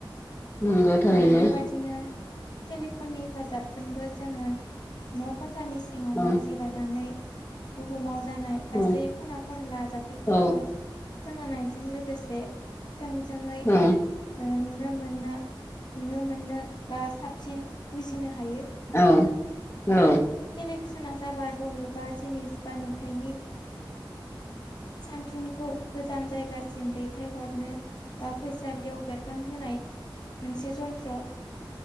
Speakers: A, on the left (about 30°); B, on the left (about 55°).
A: नंगौ थारैनो
B: आरो बेबादिनो टेलिफननि हेफाजाबजोंबो जोङो न' खथानि सिङावनो
A: औ
B: जिरायनानै बुहुमाव जानाय गासै
A: औ
B: खना खनला जाथायफोरखौ
A: औ
B: खोनानायजों लोगोसे थोंजोङै
A: औ
B: नुनो मोना नुनो मोनो बा साबसिन बुजिनो हायो
A: औ औ
B: टेलिभिसना जाबाय बबेबा जिनिस बा नुथाइनि सानथुनखौ गोजान जायगासिम दैथायहरनो बा फैसालियाव बेरखांहोनाय मोनसे जन्त्र